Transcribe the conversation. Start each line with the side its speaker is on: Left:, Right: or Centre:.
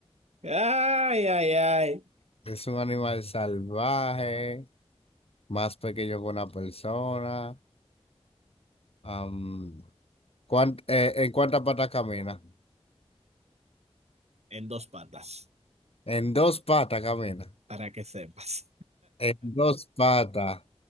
Right: Ay, ay, ay.
Left: Es un animal salvaje. Más pequeño que una persona. am, ¿cuán- eh, ¿en cuántas patas camina?
Right: En dos patas.
Left: En dos patas camina.
Right: Para que sepas.
Left: En dos patas.